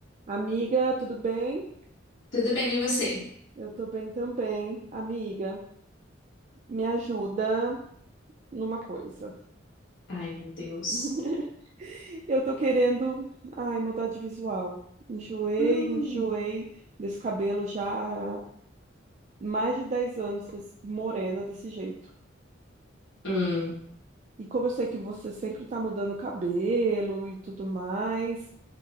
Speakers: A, on the right (about 40°); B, on the left (about 80°).
A: Amiga, tudo bem?
B: Tudo bem, e você?
A: Eu tô bem também. Amiga, me ajuda numa coisa.
B: Ai, meu Deus.
A: <laughs> Eu tô querendo, ai, mudar de visual. Enjoei,
B: Hum,
A: enjoei desse cabelo já há mais de 10 anos, desse- morena desse jeito.
B: hum.
A: E como eu sei que você sempre tá mudando o cabelo e tudo mais,